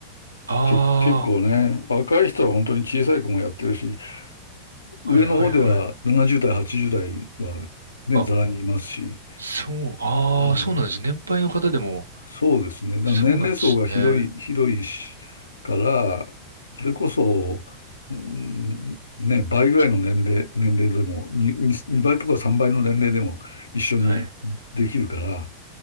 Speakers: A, on the right (about 75°); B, on the left (about 75°).
A: あ
B: け、結構ね。若い人は本当に小さい子もやってるし、上の方では70代、
A: あ、はいはいはい。
B: 80代はね、
A: あ、
B: ざらにいますし。
A: そう、ああ、
B: うん。
A: そうなんです。年配の方でも、
B: そうですね。だから年齢層が広い、
A: そうなんですね。
B: 広いしから、それこそ、うん、ね、倍ぐらいの年齢、年齢でも、2、2倍とか3倍の年齢でも一緒にできるから、
A: はい。